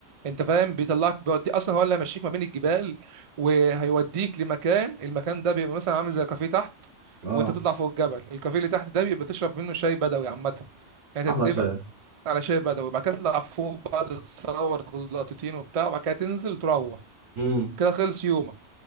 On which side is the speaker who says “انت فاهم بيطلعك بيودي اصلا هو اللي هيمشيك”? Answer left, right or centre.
Right